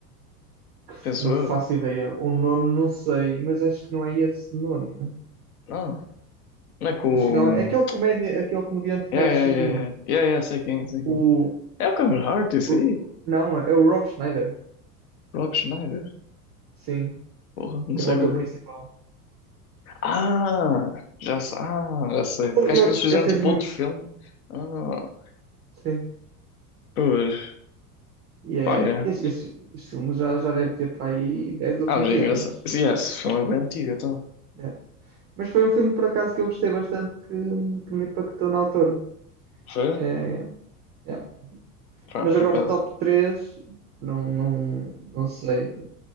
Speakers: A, on the right; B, on the left.
A: Que
B: Penso
A: Não
B: eu.
A: faço ideia. O nome não sei, mas acho que não é esse nome.
B: Não, não é com.
A: Acho que não é. Aquele comédia, aquele comediante
B: É,
A: baixinho.
B: é, é, é. É, é, sei quem, sei quem.
A: O.
B: É o Kevin Hart, isso
A: o-
B: aí.
A: Não, é o Rob Schneider.
B: Rock Schneider.
A: Sim,
B: Porra, não
A: que
B: sei,
A: é o ator
B: bro.
A: principal.
B: Ah, já sei. Ah, já sei. Porque
A: Ele,
B: acho
A: ele,
B: que eles fizeram
A: ele fez
B: tipo
A: muitos.
B: outro filme. Ah,
A: Sim.
B: pois.
A: E
B: Pá,
A: é,
B: é.
A: este, este, este filme já, já deve ter para aí 10 ou
B: Ah,
A: 15
B: mas é engraçado.
A: anos.
B: Sim, é, esse filme é bem antigo, então.
A: É. Mas foi um filme, por acaso, que eu gostei bastante, que, que me impactou na altura.
B: Foi?
A: É, yeah.
B: Pá,
A: Mas
B: por
A: agora,
B: acaso.
A: top 3 não, não, não sei.